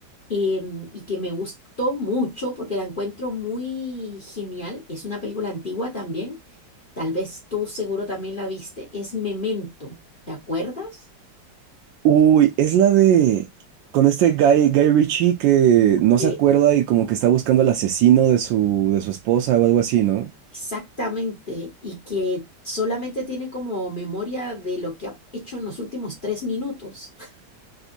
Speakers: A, on the left; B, on the right.
A: em, y que me gustó mucho porque la encuentro muy genial. Es una película antigua también. Tal vez tú seguro también la viste. Es Memento, ¿te acuerdas?
B: Uy, es la de. Con este Guy, Guy Ritchie que no
A: Eh,
B: se acuerda y como que está buscando al asesino de su, de su esposa o algo así, ¿no?
A: Exactamente. Y que solamente tiene como memoria de lo que ha hecho en los últimos tres minutos. <laughs>